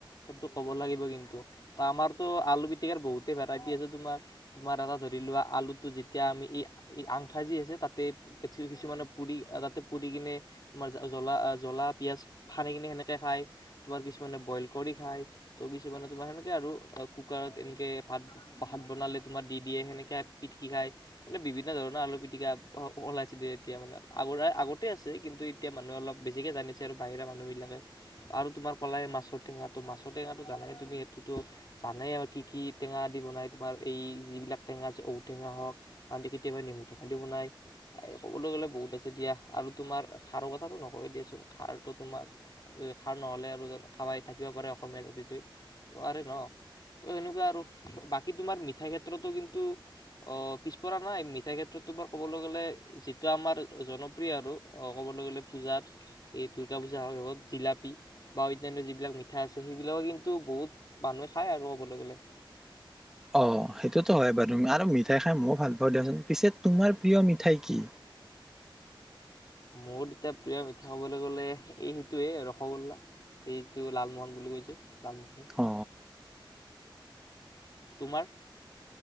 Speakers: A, on the left; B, in the centre.
A: সেইটো ক'ব লাগিব কিন্তু ত আমাৰতো আলু পিতিকাৰাৰ বহুতেই ভেৰাইটি আছে তোমাৰ তোমাৰ এটা ধৰি লোৱা আলুটো যেতিয়া আমি -- এই আংঠা যি আছে তাত -- টৈত কিছুমানে পুৰি তাতে পুৰি কিনে তোমাৰ জলা জলা পিয়াজ সানি কিনে সেনেকে খায়। তোমাৰ কিছুমানে বইল কৰি খায়। তো কিছুমানে তোমাৰ সেনেকে আৰু কুকাৰত এনকে ভাত ভাত বনালে তোমাৰ দি দিয়ে সেনেকে পিটকি খায় মানে বিভিন্ন ধৰণৰ আলু পিটিকা অলপ ওলাইছে দিয়া এতিয়া মানে আগৰে আগতে আছে। কিন্তু এতিয়া মানুহে অলপ বেছিকৈ জানিছে, আৰু বাহিৰা মানুহবিলাকে আৰু তোমাৰ ক'লাই মাছৰ টেঙাটো। মাছৰ টেঙাটো জানাই তুমি সেইটোতো জানেই আৰু কি কি টেঙা দি বনাই। তোমাৰ এই যিবিলাক টেঙা আছে ঔ টেঙা হওঁক নহলে কেতিয়াবা নেমু টেঙা দি বনায়। এ ক'বলৈ গ'লে বহুত আছে দিয়া। আৰু তোমাৰ খাৰৰ কথাটো নকওঁয়ে দিয়াচোন। খাৰটো তোমাৰ খাৰ নহলে আৰু খাবাই থাকিব পাৰে। অসমীয়া জাতিটোৱে নোৱাৰে ন? ত সেনেকুৱা আৰু বাকী তোমাৰ মিঠাই ক্ষেত্ৰতো কিন্তু অ পিছপৰা নাই। মিঠাই ক্ষেত্ৰত তোমাৰ ক'বলৈ গলে যিটো আমাৰ জনপ্ৰিয় আৰু ক'বলৈ গলে পূজাত। এই দুূৰ্গা পূজা সময়ত জিলাপি বা অন্যান্য যিবিলাক মিঠা আছে। সেইবিলাকে কিন্তু বহুত মানুহে খায় আৰু ক'বলৈ গ'লে।
B: অ সেইটোতো হয় বাৰু আৰু মিঠাই খাই ময়ো ভাল পাওঁ দিয়চোন। পিছে তোমাৰ প্ৰিয় মিঠাই কি?
A: মোৰ এতিয়া প্ৰিয় মিঠা কবলৈ গলে এই সিটোৱে ৰসগোল্লা এই যিটো লালমোহন বুলি ক'য় সেই টো। লালমোহন?
B: অ
A: তোমাৰ?